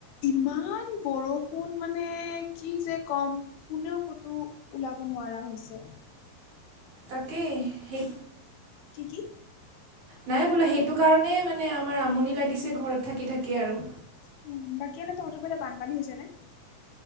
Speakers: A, on the left; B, on the right.
A: ইমান বৰষুণ মানে কি যে কম কোনেও কতো ওলাব নোৱাৰা হৈছে।
B: তাকেই সেই
A: কি কি?
B: নাই বোলা সেইটো কাৰণে মানে আমাৰ আমনি লাগিছে ঘৰত থাকি থাকি আৰু।
A: উ বাকী এনে তহঁতৰ ফালে বানপানী হৈছে নে?